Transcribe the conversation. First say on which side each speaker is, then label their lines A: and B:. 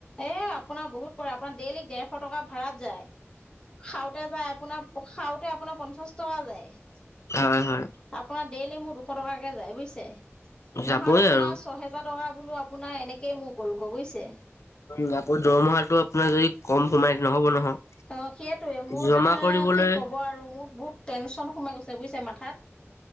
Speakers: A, on the left (about 20°); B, on the left (about 75°).
A: এ আপোনাৰ বহুত পৰে আপোনাৰ ডেইলী ডেৰশ টকা ভাড়াত যায় খাওঁতে যায় আপোনাৰ খাওঁতে আপোনাৰ পঞ্চাশ টকা যায়
B: হয় হয়
A: আপোনাৰ ডেইলি মোৰ দুশ টকাকে যায় বুজিছে
B: যাবই
A: মাহত আপোনাৰ
B: আৰু
A: ছহেজাৰ ছহেজাৰ টকা বোলো আপোনাৰ এনেকে মোক গ'ল গৈ বুজিছে
B: উম আকৌ দৰমহাটো আপোনাৰ যদি কম সোমায় নহ'ব নহয়
A: অ সেইটোৱে মোৰ
B: জমা
A: মানে
B: কৰিবলৈ
A: কি ক'ব আৰু মোৰ বহুত টেনচন সোমাই গৈছে বুজিছে মাথাত